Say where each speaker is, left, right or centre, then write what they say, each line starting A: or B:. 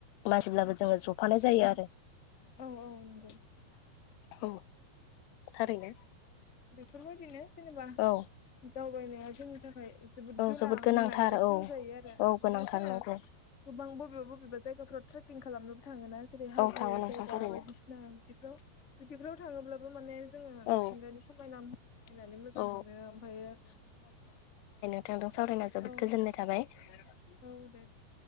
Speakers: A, on the left; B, on the left.
A: मानसिब्लाबो जोङो जफानाय जायो आरो।
B: औ औ नंगौ
A: औ थारैनो।
B: बेफोरबायदिनो जेनेबा
A: औ
B: दावबायनाया जोंनि थाखाय। थाखाय जोबोद
A: औ
B: गोनां
A: गोनांथार
B: होननानैबो
A: औ
B: बुंजायो आरो
A: औ गोनांथार
B: दा जोङो।
A: नंगौ
B: गोबां बबेबा बबेबा जायगाफ्राव ट्रेकिं खालामनोबो थाङो ना जेरै हाजो
A: औ थाङो नोंथां
B: जायगा
A: थारैनो
B: बायदिसिना ना बिदिफ्राव बिदिफ्राव थाङोब्लाबो माने जोङो
A: औ
B: मिथिंगानि समायना नायनानै मोजां
A: औ
B: मोनो ओमफ्रायो
A: बिथांजों सावरायनायाव जोबोद
B: औ
A: गोजोननाय थाबाय ।
B: औ दे दे।